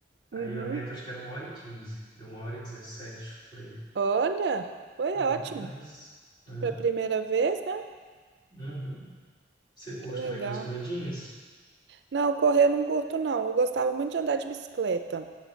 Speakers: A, on the left (about 25°); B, on the right (about 70°).
A: Aí
B: Uhum.
A: a meta acho que era uma hora e quinze, deu uma hora e dezessete por aí.
B: Olha, foi
A: Foi
B: ótimo.
A: bom demais, né?
B: Para a primeira vez, né?
A: Uhum. Você curte
B: Que legal.
A: também dar umas corridinhas?
B: Não, correr eu não curto, não. Eu gostava muito de andar de bicicleta.